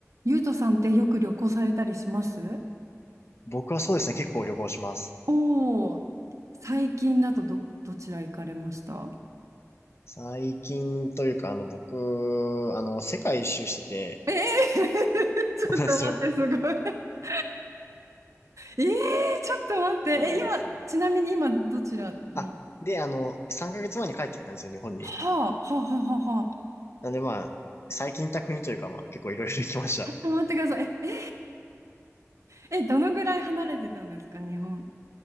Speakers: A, on the right (about 70°); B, on the left (about 55°).
A: ゆうとさんってよく旅行されたりします
B: 僕はそうですね、結構旅行します。
A: おー、最近だとど、どちら行かれました
B: 最近というか、あの、僕、あの、世界一周してて、
A: ええー <laughs> ちょっと待って、
B: そうなんですよ。
A: すごい <laughs> ええー、ちょっと待って。え、
B: そうなんですよ。
A: 今、ちなみに今、どちらに
B: あ、で、あの、3ヶ月前に帰ってきたんですよ、日本に。
A: はあ、はあ、はあ、はあ、はあ。
B: なんでまあ、最近行った国というか、まあ、結構いろいろ行きました。
A: ちょっと待ってください。え、え <laughs> えどのぐらい離れてたんですか、日本。